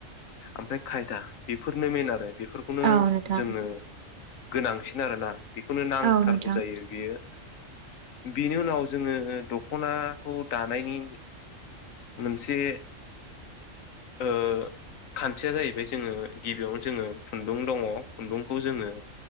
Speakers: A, on the left; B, on the right.
A: ओमफ्राय खायदा बेफोरनो मेन आरो बेफोरखौनो
B: औ नोंथां
A: जोङो गोनांसिन आरो ना। बेखौनो नांथारगौ
B: औ नोंथां
A: जायो बेयो बेनि उनाव जोङो दख'नाखौ दानायनि मोनसे ओ खान्थिया जाहैबाय जोङो गिबियावनो जोङो खुन्दुं दङ'। खुन्दुंखौ जोङो